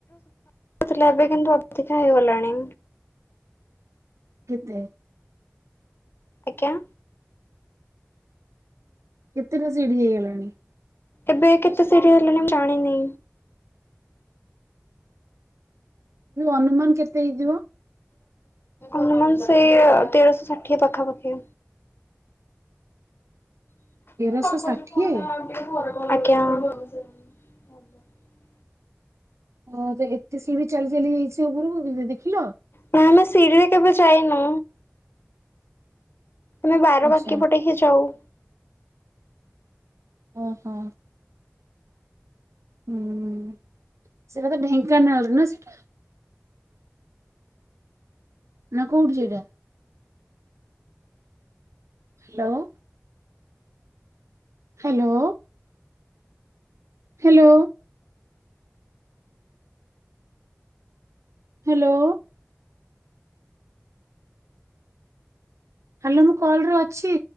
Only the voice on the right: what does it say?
କେତେ?
କେତେଟା ସିଢି ହେଇଗଲାଣି?
ଅନୁମାନ କେତେ ହେଇଥିବ?
ତେରଶହ ଷାଠିଏ?
ହଁ। ଏତେ ସିଢି ଚାଲି ଚାଲି ଯାଇଛି ଉପରକୁ ଦେଖିଲ
ଆଚ୍ଛା
ଓ ହୋ। ହୁଁ ସେଟା ତ ଢେଙ୍କାନାଳ ନା ସେଟା ନା କୋଉଠି ସେଟା? Hello. Hello. Hello. Hello. Hello ମୁଁ କଲରେ ଅଛି।